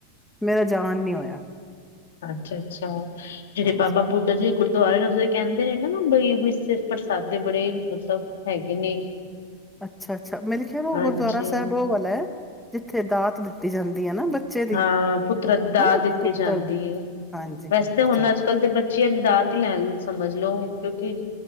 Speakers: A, in the centre; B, on the left (about 70°).
A: ਮੇਰਾ ਜਾਨ ਨੀ ਹੋਇਆ।
B: ਅੱਛਾ -ਅੱਛਾ ਜਿਹੜੇ
A: ਹਾਂਜੀ
B: ਬਾਬਾ ਬੁੱਢਾ ਜੀ ਗ ਦੁਆ ਕਹਿੰਦੇ ਨੇ ਨਾ ਬਈ ਮ ਪ੍ਰਸਾਦੇ ਬੜੇ ਮਤਲਬ ਹੈਗੇ ਨੇ
A: ਅੱਛਾ- ਅੱਛਾ ਮੇ ਖਿਆਲ ਉਹ
B: ਹਾਂਜੀ
A: ਗੁਰਦੁਆਰਾ ਸਾਹਿਬ ਉਹ ਵਾਲਾ ਹੈ ਜਿੱਥੇ ਦਾਤ ਦਿੱਤੀ ਜਾਂਦੀ ਹੈ ਨਾ ਬੱਚੇ ਦੀ
B: ਹਾਂ ਪੁੱਤਰਾਂ ਦੀ ਦਾ
A: ਹਨਾ
B: ਦਿੱਤੀ
A: ਪੁੱਤਰ
B: ਜਾਂਦੀ
A: ਦੀ
B: ਹੈ
A: ਹਾਂਜੀ
B: ਵੈਸੇ
A: ਹਾਂਜੀ
B: ਤਾਂ ਹੁਣ
A: ਚਲੋ
B: ਅੱਜ ਕੱਲ੍ਹ ਦੇ ਬੱਚੀ ਦੀ ਦਾਤ ਹੀ ਲੈਣ ਸਮਝ ਲੋਓ ਕਿਉਂਕਿ